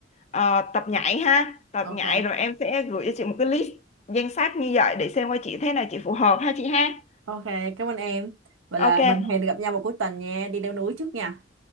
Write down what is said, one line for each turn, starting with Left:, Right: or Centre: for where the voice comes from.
Left: ờ, tập nhảy ha tập
Right: ok
Left: nhảy rồi em sẽ gửi cho chị một cái list danh sách như vậy để xem coi chị thế nào chị phù hợp ha chị ha
Right: ok cảm ơn em vậy
Left: ok
Right: là mình hẹn gặp nhau vào cuối tuần nha đi leo núi trước nha